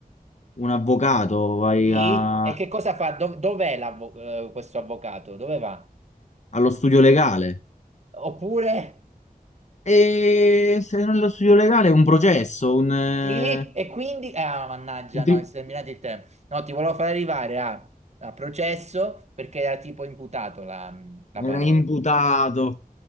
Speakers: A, on the left (about 50°); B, on the right (about 45°).
A: un avvocato, vai
B: Sì,
A: a-
B: e che cosa fa? Dov- Dov'è l'avvo- eh, questo avvocato? Dove va?
A: allo studio legale.
B: Oppure...
A: E se non è lo studio legale, un processo, un... eh,
B: Sì, e quindi... Ah, mannaggia,
A: intri-
B: no, è terminato il tempo. No, ti volevo far arrivare a, a processo perché era tipo imputato la la
A: era
B: parola.
A: imputato.